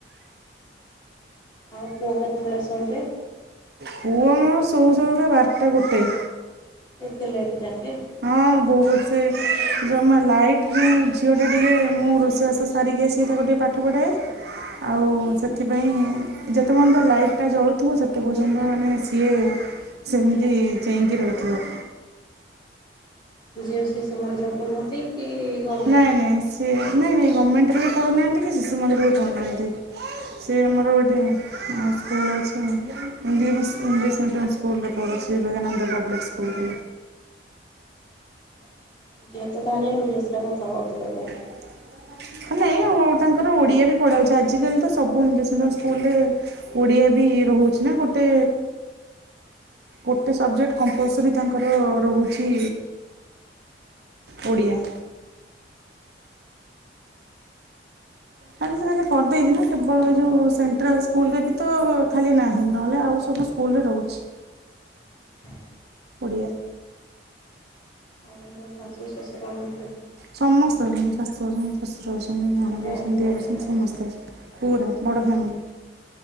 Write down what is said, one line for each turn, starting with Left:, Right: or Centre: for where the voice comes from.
Left: ଆଉ ପୁଅ କେତେବେଳେ ଶୋଇବେ?
Right: ପୁଅ ମୋର ସୋଉ ସୋଉକା ବାରଟା ଗୋଟେ।
Left: ଏତେ ଲେଟ୍ ଯାଙ୍କେ?
Right: ହଁ ବହୁତ୍ ସେ ଜମା ଲାଇଟ୍ ଝିଅ ଟା ଟିକେ ମୁଁ ରୋଷେଇବାସ ସାରିକି ଆସିକି ତାକୁ ଟିିକେ ପାଠ ପଢ଼ାଏ। ଆଉ ସେଥିପାଇଁ ଯେତେ ପର୍ଯ୍ୟନ୍ତ ଲାଇଟ୍ ଟା ଜଳୁଥିବ, ସେତେ ପର୍ଯ୍ୟନ୍ତ ମାନେ ସିଏ ସେମିତି ଚେଇଁକି ରହିଥିବ।
Left: ଝିଅ ଶିଶୁ ମନ୍ଦିର ପଢ଼ୁଅନ୍ତି କି? ଗଭର୍ଣ୍ଣମେଣ୍ଟ?
Right: ନାଇଁ-ନାଇଁ ସିଏ ନାଇଁ-ନାଇଁ ଗମେଣ୍ଟ ରେ ବି ପଢ଼ୁନାହାନ୍ତି କି ଶିଶୁ ମନ୍ଦିରରେ ବି ପଢ଼ୁନାହାନ୍ତି। ସେ ଆମର ଗୋଟେ ସ୍କୁଲ୍ ଅଛି English English medium school school ରେ ପଡ଼ୁଚି ବିବେକାନନ୍ଦ ପବ୍ଲିକ୍ ସ୍କୁୁଲ୍।
Left: ଝିଅ ତ ତାହେଲେ ଇଂଲିଶ୍ ରେ କଥା କହୁଥିବ ବହୁତ୍?
Right: <unintelligible> ନାଇଁ ଓ ତାଙ୍କର ଓଡ଼ିଆରେ ପଢ଼ା ହଉଚି, ଆଜିକାଲି ତ ସବୁ ଇଂଲିଶ୍ ମିଡ଼ିୟମ୍ ସ୍କୁଲରେ ଓଡିଆ ବି ରହୁଚି ନା ଗୋଟେ ଗୋଟେ ସବଜେକ୍ଟ କମ୍ପଲସରୀ ତାଙ୍କର ରହୁଚି ଓଡ଼ିଆ। <unintelligible> କରିଦେଇଚି ନା କେବଳ ଏ ଯେଉ ସେଣ୍ଟ୍ରାଲ୍ ସ୍କୁଲରେ ବି ତ ଖାଲି ନାହିଁ, ନହେଲେ ଆଉ ସବୁ ସ୍କୁଲରେ ରହୁଛି।
Left: <unintelligible>
Right: ଓଡ଼ିଆ।
Left: ଆଉ ଘରେ ଶାଶୁ ଶଶୁର ନାହାନ୍ତି।
Right: ସମସ୍ତେ ଅଛନ୍ତି, ଶାଶୁ ଅଛନ୍ତି, ଶଶୁର ଅଛନ୍ତି, ନଣନ୍ଦ
Left: ଜଏଣ୍ଟ
Right: ଅଛନ୍ତି,
Left: ଫ୍ୟାମିଲି
Right: ଦିଅର ଅଛନ୍ତି,
Left: ନାଇଁ?
Right: ସମସ୍ତେ ଅଛନ୍ତି। ପୂରା ବଡ଼ ଫ୍ୟାମିଲି।